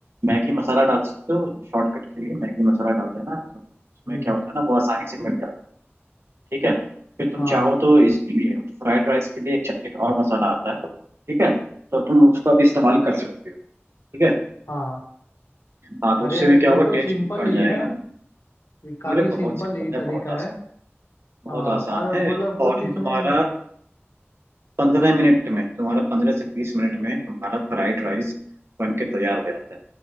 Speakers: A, on the right; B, on the left.
A: मैगी मसाला डाल सकते हो शॉर्टकट के लिए मैगी मसाला डाल देना तो उसमें
B: हम्म
A: क्या होता है ना वो आसानी से मिल जाता है ठीक है फिर तुम
B: हाँ
A: चाहो तो इसके लिए फ्राइड राइस के लिए एक, एक और मसाला आता है ठीक है तो तुम उसका भी इस्तेमाल कर सकते हो ठीक है
B: हाँ
A: हाँ तो
B: अरे
A: उससे
B: यार
A: भी क्या
B: ये
A: होगा
B: तो
A: टेस्ट
B: सिंपल
A: बढ़
B: ही
A: जाएगा
B: है ये काफी
A: अरे
B: सिंपल
A: बहुत सिंपल
B: ही
A: है
B: तरीका
A: बहुत आसान
B: है हाँ
A: बहुत आसान
B: और
A: है
B: मतलब
A: फौरन
B: कुछ इसमें
A: तुम्हारा पंद्रह मिनट में तुम्हारा पंद्रह से बीस मिनट में तुम्हारा फ्राइड राइस बन के तैयार हो जाता है